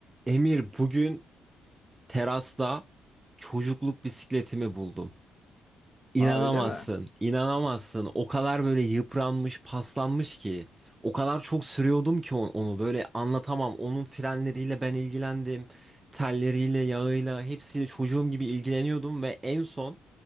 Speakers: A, on the right (about 20°); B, on the left (about 25°).
A: Emir bugün terasta çocukluk bisikletimi buldum. İnanamazsın,
B: Aa öyle mi?
A: inanamazsın. O kadar böyle yıpranmış, paslanmış ki. O kadar çok sürüyordum ki on- onu böyle anlatamam. Onun frenleriyle ben ilgilendim. Telleriyle, yağıyla hepsiyle çocuğum gibi ilgileniyordum ve en son